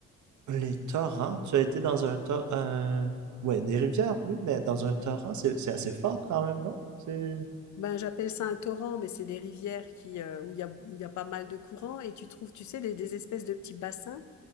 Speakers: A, on the right; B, on the left.
A: les torrents, tu as été dans un torrent, ouais, des rivières, oui, mais dans un torrent, c'est, c'est assez fort quand même, non? C'est,
B: Ben, j'appelle ça un torrent, mais c'est des rivières qui, euh, où il y a, où il y a pas mal de courants et tu trouves, tu sais, des, des espèces de petits bassins,